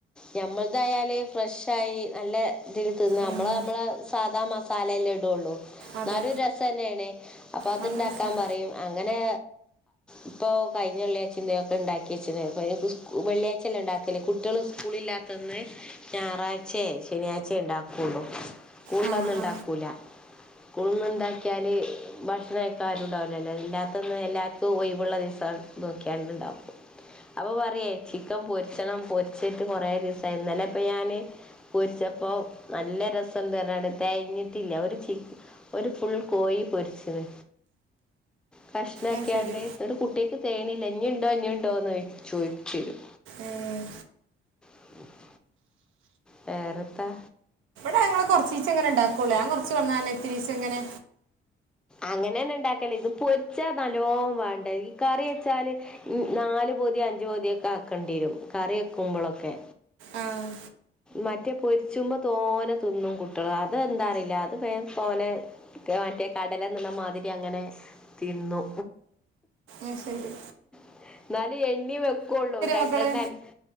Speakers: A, in the centre; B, on the right.
A: ഞമ്മളതായാൽ ഫ്രഷായി നല്ല ഇതിൽ തിന്നാ
B: ഉം,
A: നമ്മൾ നമ്മളെ സാധാ മസാല അല്ലേ ഇടുഒള്ളൂ ഇന്നാലും
B: അത്
A: ഒരു രസെന്നെണ് അപ്പൊ അത്ണ്ടാക്കാൻ
B: നല്ല രസം
A: പറയും അങ്ങനെ ഇപ്പോൾ കഴിഞ്ഞ വെള്ളിയാഴ്ച ഇതൊക്കെ ഇണ്ടാക്കി വച്ച്ണ് വെള്ളിയാഴ്ച അല്ലെ ഉണ്ടാക്കല് കുട്ടികൾ സ്കൂള് ഇല്ലാ ത്ത അന്ന് ഞായറാഴ്ച്ചേ ശനിയാഴ്ച്ചേ ഉണ്ടാക്കുള്ളു സ്കൂൾള്ള
B: ആ
A: അന്ന് ഉണ്ടാക്കൂല
B: ആ
A: സ്കൂളന്ന് ഇണ്ടാക്കിയാൽ ഭക്ഷണം കയിക്കാൻ ആരും ഉണ്ടാവൂലല്ലോ ഇല്ലാത്തന്ന് എല്ലാർക്കും ഒയിവ് ഇള്ള ദിവസമാണ് നോക്കിയാണ്ട്ണ്ടാക്കും അപ്പൊ പറയേ ചിക്കൻ പൊരിച്ചണം പൊരിച്ചിട്ട് കൊറേ ദിവസായി ഇന്നലെ ഇപ്പ ഞാന് പൊരിച്ചപ്പോ നല്ല രസംണ്ട് പറഞ്ഞാണ്ട് തെകഞ്ഞിട്ടില്ല അവര് ചി ഒരു ഫുൾ കോഴി പൊരിച്ചത് കഷ്ണംആക്ക്യാണ്ട്
B: ആ ശരി
A: എന്നട്ട് കുട്ട്യാക്ക് തെകയിണില്ല ഇഞ്ഞ് ഇണ്ടോ ഇനി ഇണ്ടോന്ന് ചോദിച്ചു വെരും
B: ഏഹ്
A: <unintelligible> വേറെത്താ
B: ഞാങ്ങള് കൊറച്ചീച്ചങ്ങെനെ ഇണ്ടാക്കൊള്ളൂ ഞാൻ കൊറച്ച് കൊടന്നാല് ഇത്തിരീച്ച ഇങ്ങനെ
A: അങ്ങനെന്നെ ഇണ്ടാക്കല് ഇത് പൊരിച്ചാ നല്ലോം വേണ്ടെ ഈ കറി വെച്ചാല് നാലു പൊതി അഞ്ചു പൊതിയൊക്കെ ആക്കേണ്ടി വരും കറി വെക്കുമ്പോളൊക്കെ
B: ആഹ്
A: മറ്റേ പൊരിച്ചുമ്പോ തോനെ തിന്നും കുട്ട്യാള് അത് എന്താറിയില്ല അത് വേം തോനെ അത്‌ മറ്റേ കടല തിന്ന്‌ണ മാതിരി അങ്ങനെ തിന്നു
B: അയിശെരി
A: എന്നാല് എണ്ണീ വെക്കു ഒള്ളൂ രണ്ടെണ്ണം
B: മക്കള്
A: അൻക്ക്